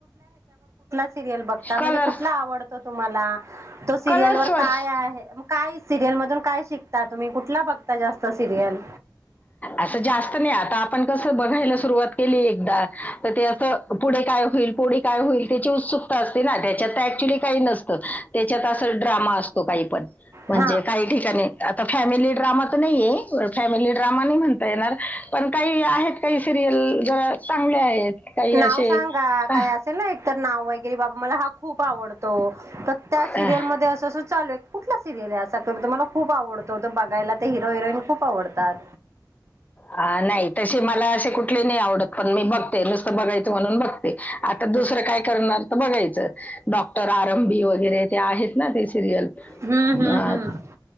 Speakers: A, on the right; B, on the left.
A: सिरीयल बघता
B: कलर्स
A: म्हणजे कुठला आवडतो तुम्हाला, तो सिरीयल
B: कलर्स वर
A: काय आहे काय सिरीयल बघता. काय शिकता तुम्ही कुठला बघता जास्त सिरियल.
B: असं जास्त नाही, आता आपण कसं बघायला सुरुवात केली एकदा तर ते असं पुढे काय होईल पोढ काय होईल त्याची उत्सुक असते ना त्याच्या तर ऍक्च्युली काही नसते. त्याच्यात अस ड्रामा असतो, काही पण म्हणजे
A: हा
B: काही ठिकाणी आता फॅमिली ड्रामा तर नाहीे फॅमिली ड्रामा नाही म्हणता येणार पण काही आहेत काही सि जरा चांगले आहेत. काही
A: नाव
B: असे
A: सांगा
B: अह,
A: काय असेल ना एकतर नाव. बाबा मला हा खूप आवडतो, तर त्या सिरियल
B: अह,
A: मध्ये अस अस चालू आहे कुठला सिरियल आहे असा मला खूप आवडतो तो बघायला ते हिरो हिरोईन खूप आवडतात.
B: हा नाही तशी मला असे कुठले नाही आवडत पण मी बघते नुसतं बघायचं म्हणून बघते आता दुसरं काय करणार तर बघायचं. डॉक्टर आरंभी वगैरे ते आहेत ना ते सिरियल
A: हम्म हम्म
B: अ
A: हम्म